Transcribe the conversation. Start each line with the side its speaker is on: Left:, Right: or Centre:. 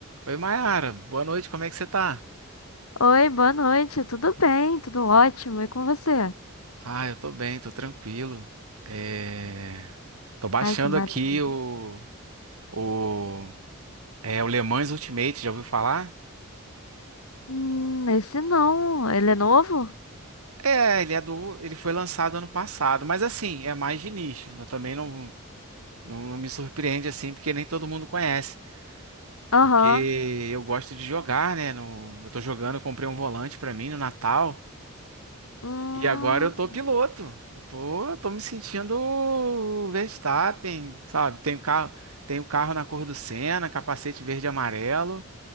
Right: Oi, Mayara. Boa noite, como é que você tá?
Left: Oi, boa noite. Tudo bem? Tudo ótimo. E com você?
Right: Ah, eu tô bem, tô tranquilo. É... Tô baixando
Left: Ai, que maravilha.
Right: aqui o... O... É, o Le Mans Ultimate, já ouviu falar?
Left: Hum, esse não. Ele é novo?
Right: É, ele é do... Ele foi lançado ano passado, mas assim, é mais de nicho. Eu também não, não, não me surpreende assim, porque nem todo mundo conhece.
Left: Aham.
Right: Porque eu gosto de jogar, né? No... Eu tô jogando, eu comprei um volante pra mim no Natal.
Left: Hum,
Right: E agora eu tô piloto. Eu tô, eu tô me sentindo o Verstappen, sabe? Tenho carro, tenho carro na cor do Senna, capacete verde e amarelo.